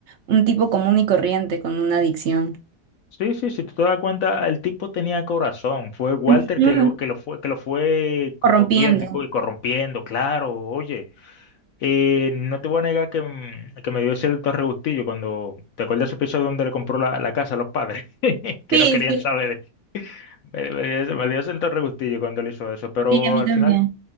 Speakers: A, on the right; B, on the left.
A: un tipo común y corriente con una adicción.
B: Sí, sí, si tú te das cuenta, el tipo tenía corazón. Fue Walter
A: Ujú.
B: que lo, que lo fue, que lo fue
A: Corrompiendo.
B: jodiendo y, co- y corrompiendo, claro. Oye, Eh, no te voy a negar que, mm, que me dio cierto regustillo cuando te acuerdas ese episodio donde le compró la, la casa a los padres, <laughs> que
A: Sí,
B: no querían
A: sí,
B: saber. de- Me, me dio, ese- me dio cierto regustillo cuando él hizo eso, pero
A: sí, a mí
B: al
A: también.
B: final,